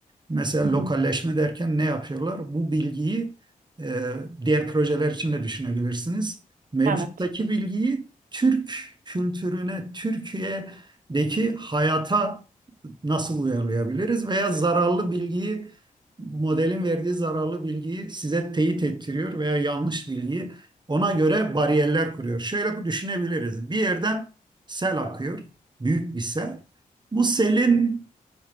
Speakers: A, on the right; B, on the right.
A: Mesela
B: Hı hı.
A: lokalleşme derken ne yapıyorlar? Bu bilgiyi e, diğer projeler için de düşünebilirsiniz. Mevcuttaki
B: Evet.
A: bilgiyi Türk kültürüne, Türkiye'deki hayata nasıl uyarlayabiliriz? Veya zararlı bilgiyi, modelin verdiği zararlı bilgiyi size teyit ettiriyor veya yanlış bilgiyi ona göre bariyerler kuruyor. Şöyle düşünebiliriz. Bir yerden sel akıyor, büyük bir sel. Bu selin